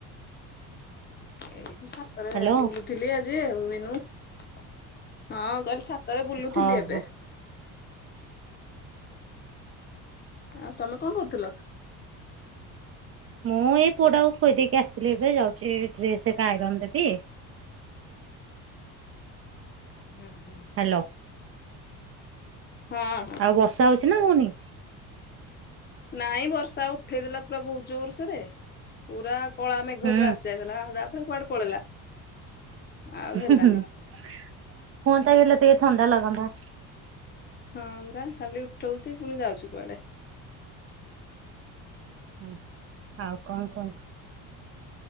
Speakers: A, on the left; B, on the right.
A: ଏଇଠି ସାତରେ
B: ହ୍ୟାଲୋ
A: ବୁଲୁଥିଲି ଆଜି ଆଉ। ମିନୁ ହଁ କହିଲି ଛା ତରେ ବୁଲୁଥିଲି
B: ହଁ
A: ଏବେ।
B: ହଁ
A: ଆଉ ତମେ କଣ କରୁଥିଲ?
B: ମୁଁ ଏଇ ପୁଅଟାକୁ ଖୁଆଇଦେଇକି ଆସିଲି ଏବେ। ଯାଉଛି ଡ୍ରେସ ଏକା ଆଇରନ୍ ଦେବି।
A: ହୁଁ ହୁଁ।
B: ହାଲୋ।
A: ହଁ ହଁ
B: ଆଉ ବର୍ଷା ହଉଛି ନା ହଉନି?
A: ନାଇଁ ବର୍ଷା ଉଠେଇଦେଲା ପୁରା ବୋହୁତ ଯୋର୍ ସୋରେ। ପୁରା କଳା ମେଘ
B: ହୁଁ
A: ପୁରା ଆସିଯାଇଥିଲା। ତାପରେ କୁଆଡେ ପଳେଇଲା। ଆଉ ହେଲାନି।
B: ହୁଅନ୍ତା କି? ଟିକେ ହେଲେ ଥଣ୍ଡା ଲାଗନ୍ତା।
A: ହଁ ପରା ଖାଲି ଉଠଉଛି ପୁଣି ଯାଉଛି କୁଆଡେ?
B: ହଁ। ଆଉ କଣ କୁହନ୍ତୁ?